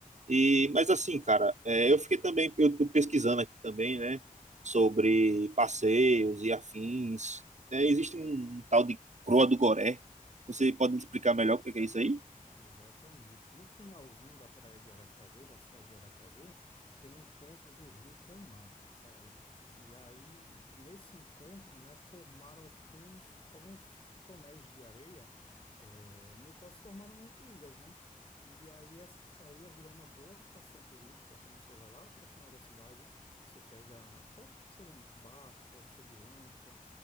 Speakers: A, on the right; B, on the left.
A: e, mas assim, cara, é, eu fiquei também, eu tô pesquisando aqui também, né, sobre passeios e afins. É, existe um, um tal de Croa do Goré. Você pode me explicar melhor o que que é isso aí?
B: Exatamente. No finalzinho da praia de Aracaju, da cidade de Aracaju, tem um encontro do rio com o mar, sabe? E aí, nesse encontro, né, formaram alguns, alguns tonéis de areia, eh, no qual se formaram ilhas, né? E aí, essa ilha virou uma boa atração turística quando você vai lá para o final da cidade. Você pega, pode ser um barco, pode ser de lancha,